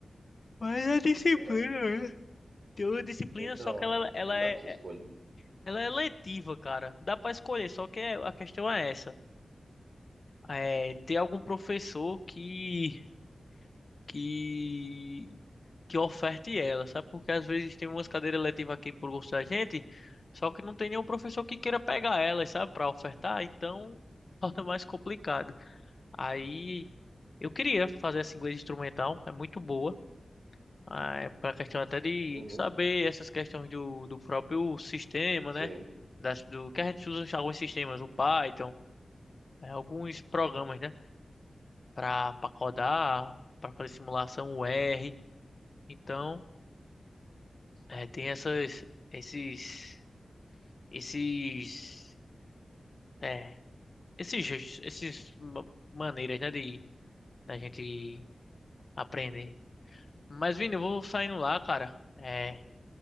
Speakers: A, on the left; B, on the right.
A: Mas é disciplina,
B: É,
A: né? Tem uma disciplina,
B: então,
A: só que ela, ela
B: não dá
A: é,
B: pra você escolher.
A: ela é letiva, cara. Dá pra escolher, só que é- a questão é essa. É, tem algum professor que, que, que oferte ela, sabe? Porque às vezes tem umas cadeiras letivas aqui por gosto da gente, só que não tem nenhum professor que queira pegar elas, sabe? Pra ofertar, então torna mais complicado. Aí eu queria fazer essa inglês instrumental, é muito boa. Ah, é para questão até de
B: Uhum,
A: saber essas questões do, do próprio sistema,
B: sim.
A: né? Das, do que a gente usa em alguns sistemas, o Python, eh, alguns programas, né? Para codar, para fazer simulação, o R. Então, eh, tem essas, esses, esses, é, esses, esses ma- maneiras, né? De da gente aprender. Mas, Vini, eu vou saindo lá, cara. É,